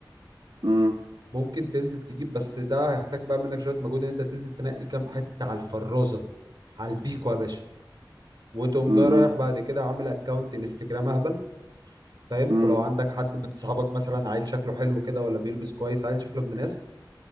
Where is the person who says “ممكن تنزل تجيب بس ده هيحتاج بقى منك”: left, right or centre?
Right